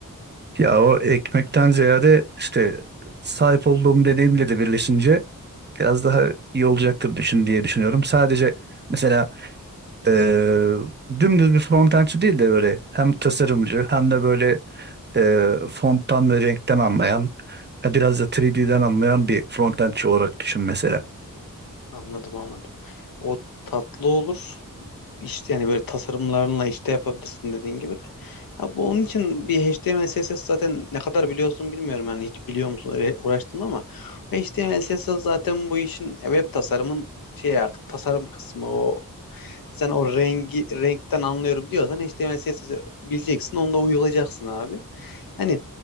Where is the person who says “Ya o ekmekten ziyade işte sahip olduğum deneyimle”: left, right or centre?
Right